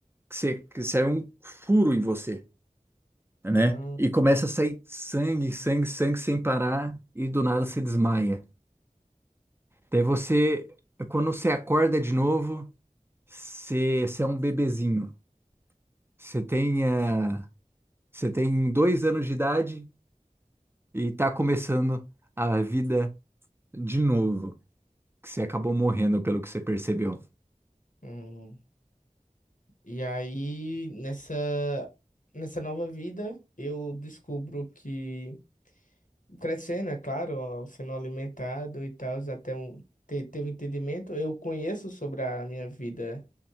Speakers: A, on the right; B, on the left.
A: que, você, que sai um furo em você,
B: Hum,
A: né? E começa a sair sangue, sangue, sangue sem parar e do nada você desmaia. Daí você, quando você acorda de novo, você, você é um bebezinho. Você tem, eh, Você tem dois anos de idade e tá começando a vida de novo, que você acabou morrendo pelo que você percebeu.
B: hum. E aí, nessa, nessa nova vida, eu descubro que, crescendo, é claro, ó, sendo alimentado e tal, até um, ter, ter um entendimento, eu conheço sobre a minha vida